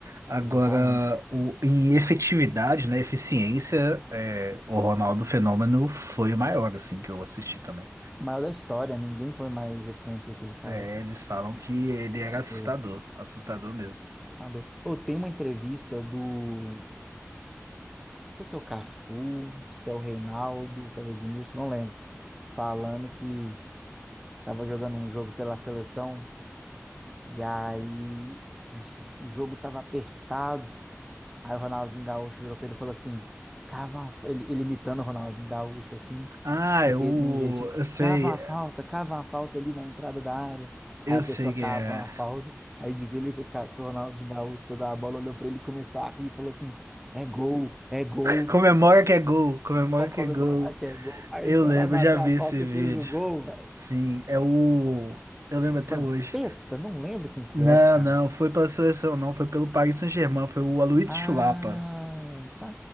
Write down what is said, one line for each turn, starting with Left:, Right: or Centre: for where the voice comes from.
Right: Agora,
Centre: Exatamente.
Right: o, em efetividade, né, eficiência, é, o Ronaldo Fenômeno foi o maior, assim, que eu assisti também.
Centre: O maior da história, ninguém foi mais eficiente que aquele cara.
Right: É, eles falam que ele era
Centre: Porque...
Right: assustador, assustador mesmo.
Centre: nadou. Pô, tem uma entrevista do. Não sei se é o Cafu, se é o Reinaldo, se é o Edmilson, não lembro. Falando que tava jogando um jogo pela seleção. E aí j- o jogo tava apertado. Aí o Ronaldinho Gaúcho virou pra ele e falou assim: cava uma... fa-" ele, ele imitando o Ronaldinho Gaúcho, assim,
Right: Ah,
Centre: daquele,
Right: eu,
Centre: de um jeitinho,
Right: eu sei,
Centre: cava uma falta, cava uma falta ali na entrada da área.
Right: eu
Centre: Aí a
Right: sei
Centre: pessoa
Right: que
Centre: cava
Right: é.
Centre: uma falta. Aí diz ele que o, ca- que o Ronaldinho Gaúcho pegou a bola, olhou pra ele e começou a rir, falou assim: é gol, é gol.
Right: Comemora que é gol, comemora
Centre: Pode
Right: que
Centre: comemorar
Right: é gol.
Centre: que é gol. Aí
Right: Eu
Centre: ele foi
Right: lembro,
Centre: lá, bateu
Right: eu já vi
Centre: a falta
Right: esse vídeo.
Centre: e fez o gol, velho.
Right: Sim, é o. Eu lembro até
Centre: Vampeta?
Right: hoje.
Centre: Não lembro quem que
Right: Não,
Centre: é, cara.
Right: não, foi pela seleção, não, foi pelo Paris Saint-Germain, foi o Aloysius
Centre: Ah,
Right: Chulapa.
Centre: tá.